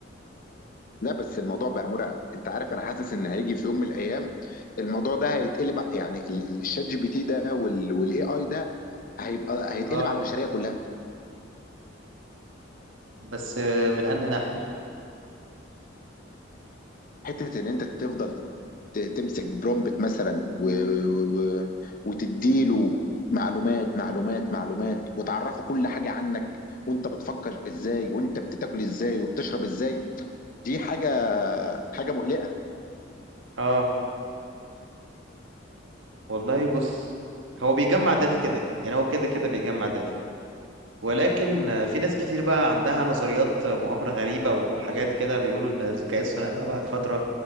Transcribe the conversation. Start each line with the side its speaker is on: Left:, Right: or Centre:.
Left: لا بس الموضوع بقى مرعب انت عارف انا حاسس ان هيجي في يوم من الايام الموضوع ده هيتقلب ع- يعني ال- ال- الشات جي بي تي ده والاي اي ده هيبقى هيتقلب
Right: اه
Left: على البشريه كلها
Right: بس من انهي ناحية
Left: حته ان انت تفضل ت- تمسك برومبت مثلا و... و... وتديله معلومات معلومات معلومات وتعرفه كل حاجه عنك وانت بتفكر ازاي وانت بتاكل ازاي وبتشرب ازاي دي حاجه حاجه مقلقه
Right: اه والله بص هو بيجمع داتا كده يعني هو كده كده بيجمع داتا ولكن آه، في ناس كتير بقى عندها نظريات آه، مؤامرة غريبة وحاجات كده بيقولوا إن الذكاء الصناعي بقى بعد فترة